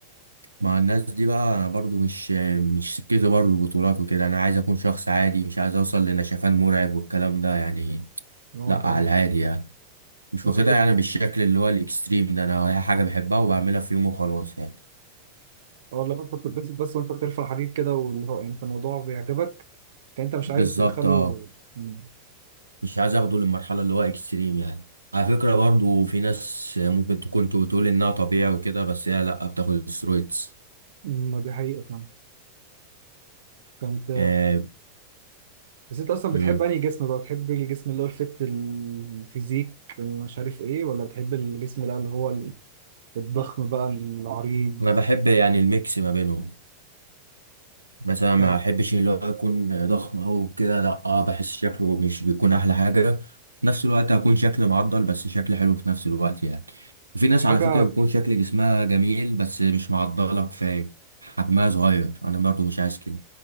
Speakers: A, on the right; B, on the right.
A: مع الناس دي بقى انا برضو مش مش سكتي برضو البطولات وكده انا عايز اكون شخص عادي مش عايز اوصل لنشفان مرعب والكلام ده يعني
B: هو
A: لا
B: انت
A: على العادي يعني مش
B: انت
A: واخدها
B: بتب...
A: يعني بالشكل اللي هو الاكستريم ده انا هي حاجه بحبها وبعملها في يوم وخلاص يعني
B: اه لما انت بتلبس بس وانت بترفع حديد كده واللي هو انت الموضوع بيعجبك كان انت مش عايز
A: بالظبط
B: تدخله
A: اه
B: امم
A: مش عايز اخده للمرحله اللي هو اكستريم يعني على فكره برضو في ناس ممكن تكون بتقول انها طبيعي وكده بس هي لا بتاخد سترويدز
B: ما دي حقيقه فاهم كانت
A: آه،
B: بس انت اصلا بتحب
A: مم.
B: انهي جسم بقى بتحب الجسم اللي هو الفت الفيزيك اللي مش عارف ايه ولا بتحب الجسم بقى اللي هو ال- الضخم بقى العريض
A: انا بحب يعني الميكس ما بينهم بس انا ما
B: يعني
A: احبش اللي هو يكون ضخم او كده لا اه بحس شكله مش بيكون احلى حاجه في نفس الوقت هكون شكل معضل بس شكل حلو في نفس الوقت يعني في ناس
B: حاجه
A: على فكره بيكون شكل جسمها جميل بس مش معضله كفايه حجمها صغير انا برضو مش عايز كده